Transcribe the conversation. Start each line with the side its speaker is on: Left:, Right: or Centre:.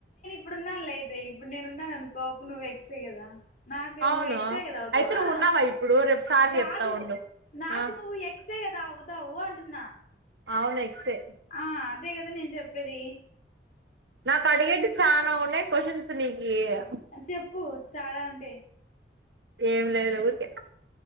Left: ఇప్పుడు ఉన్నాను లే అయితే ఇప్పుడు నేను ఉన్నాను ఇప్పుడు నువ్వు ఎక్స్ కదా నాకు
Right: అవును
Left: నువ్వు ఎక్సే కదా అవుతావు
Right: అయితే నువ్వు
Left: ఆ
Right: ఉన్నావా ఇప్పుడు రేపు సార్ కి
Left: కాదు
Right: చెప్తా ఉండు
Left: నాకు
Right: ఆ
Left: నువ్వు ఎక్సే కద తావుతావు అంటున్నా
Right: అవును ఎక్సే
Left: ఆ అదే అదే నేను చెప్పేది
Right: నాకు అడిగేటివి చాలా ఉన్నాయి క్వశ్చన్స్ నీకు ఏమో
Left: చెప్పు చాలా ఉంటాయి
Right: ఏం లేదు ఊరికె